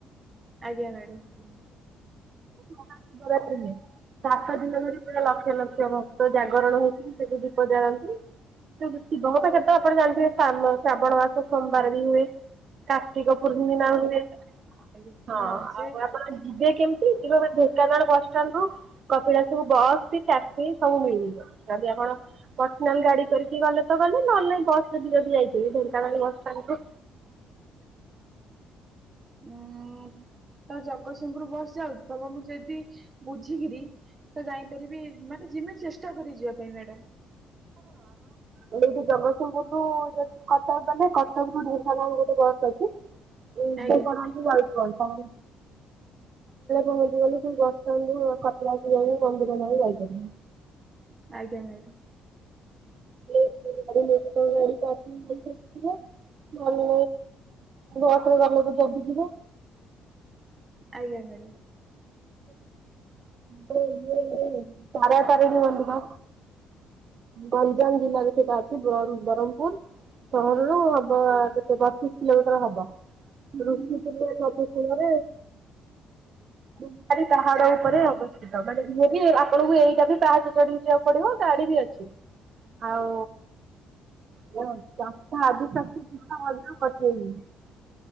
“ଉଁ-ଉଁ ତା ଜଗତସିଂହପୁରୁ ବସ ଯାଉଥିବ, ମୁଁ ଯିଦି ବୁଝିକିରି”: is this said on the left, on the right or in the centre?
Right